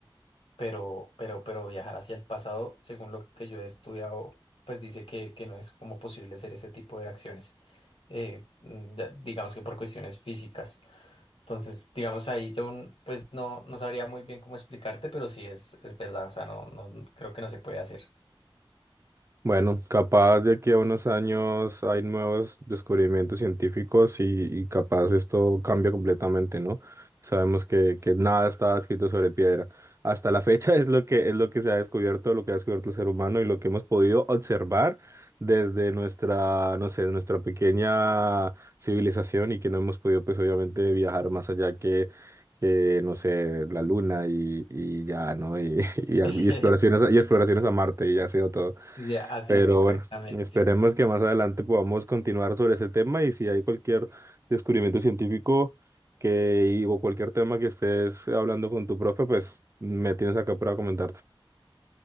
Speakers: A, on the left; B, on the right.
A: pero, pero, pero viajar hacia el pasado, según lo que yo he estudiado, pues dice que, que no es como posible hacer ese tipo de acciones. eh, mm, ya- digamos que por cuestiones físicas. Entonces, digamos ahí yo n- pues no, no sabría muy bien cómo explicarte, pero sí es, es verdad, o sea, no, no creo que no se puede hacer.
B: Bueno, capaz de aquí a unos años hay nuevos descubrimientos científicos y, y capaz esto cambia completamente, ¿no? Sabemos que, que nada está escrito sobre piedra. Hasta la fecha <laughs> es lo que, es lo que se ha descubierto, lo que ha descubierto el ser humano y lo que hemos podido observar desde nuestra, no sé, nuestra pequeña civilización y que no hemos podido, pues obviamente, viajar más allá que, que no sé, la luna y, y ya, ¿no? Y, <laughs> y, al-
A: <laughs>
B: y exploraciones, a- y exploraciones a Marte y ya ha sido todo.
A: Sí, así
B: Pero
A: es exactamente.
B: bueno, esperemos que más adelante podamos continuar sobre ese tema y si hay cualquier descubrimiento científico que, y- o cualquier tema que estés hablando con tu profe, pues me tienes acá para comentarte.